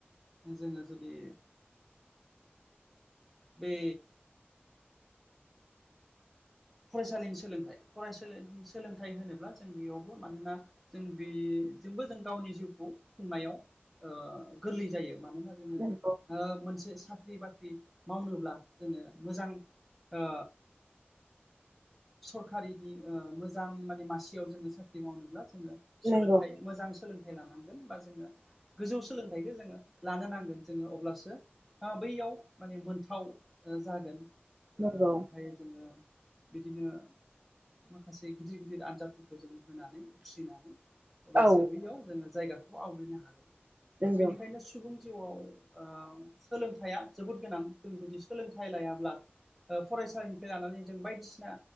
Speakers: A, in the centre; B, on the right (about 40°).
A: जोङो जुदि बे फरायसालिनि सोलोंथाइ फरायसालिनि सोलोंथाइ होनोब्ला जों बेयावबो मानोना जों बेजोंबो जों गावनि जिउखौ खुंनायाव ओ गोरलै जायो मानोना रोङो,
B: नंगौ
A: ओ मोनसे साख्रि बाख्रि मावनोब्ला जोङो मोजां ओ सरखारिनि ओ मोजां माने मासेयाव जोङो साख्रि मावनोब्ला जोङो
B: नंगौ
A: सोलोंथाइ
B: नंगौ
A: मोजां सोलोंथाइ लानांगोन बा जोङो गोजौ सोलोंथाइखौ जोङो लानो नांगोन जोङो अब्लासो ओ बैयाव माने मोनथाव ओ जागोन ओ
B: नंगौ
A: ओमफाय जोङो बिदिनो माखासे गिदिर गिदिर आनजाद खौ जोङो होनानै उथ्रिनानै अब्लासो
B: औ
A: बैयाव जोङो जायगाखौ आवग्रिनो हागोन।
B: नंगौ
A: बेनिखायनो सुबुं जिउआव ओ सोलोंथाइया जोबोद गोनां जों जुदि सोलोंथाइ लायाब्ला ओ फरायसालिनिफ्राय लानानै जों बायदिसि ना